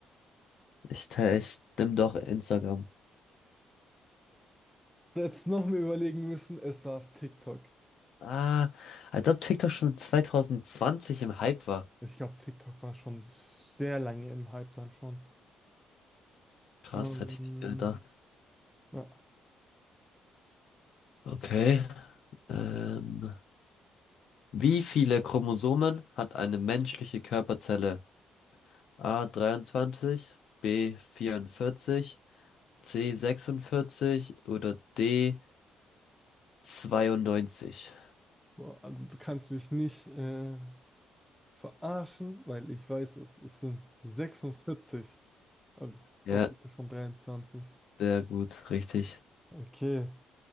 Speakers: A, on the left (about 70°); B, in the centre.
A: Ich, te- ich nehme doch Instagram.
B: Jetzt noch mal überlegen müssen, es war TikTok.
A: Ah, als ob TikTok schon 2020 im Hype war.
B: Ich glaube, TikTok war schon sehr lange im Hype dann schon.
A: Krass,
B: Ähm,
A: hätte ich nicht gedacht.
B: ja.
A: Okay. Ähm, Wie viele Chromosomen hat eine menschliche Körperzelle? A 23, B 44, C 46 oder D 92?
B: Boah, Also du kannst mich nicht äh, verarschen, weil ich weiß es. Es sind 46, also das
A: Ja,
B: Doppelte von 23.
A: sehr gut, richtig.
B: Okay,